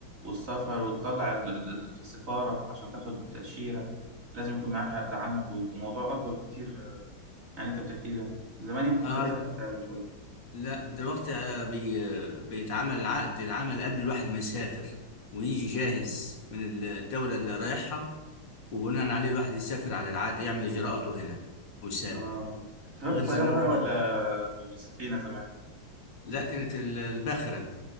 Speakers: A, on the right (about 40°); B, on the left (about 70°).
A: والسفر وتطلع ال- ال- في السفارة عشان تاخد تأشيرة لازم يكون معاك عقد عمل و- وموضوع أكبر بكتير آه، عن اللي أنت بتحكيه ده زمان يمكن
B: اه
A: كانت سهلة فعلا شوية
B: لا دلوقتي آه، بي آه، بيتعمل عقد العمل قبل الواحد ما يسافر ويجي جاهز من الدولة اللي رايحها وبناء عليه الواحد يسافر على العقد يعمل إجراءاته هنا ويسافر
A: آه أنت سافرت
B: غير
A: بالطيارة
B: زمان
A: بقى ولا
B: خالص
A: ب- بالسفينة زمان؟
B: لا كانت ال- الباخرة